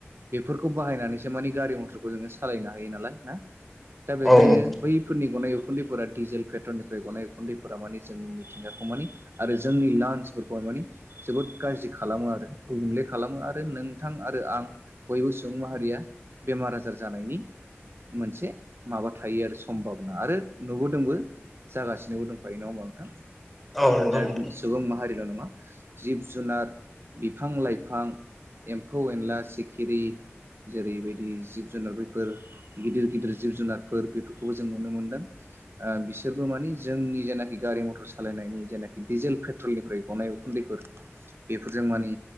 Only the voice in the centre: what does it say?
औ नंगौ
औ नंगौ
नोंथां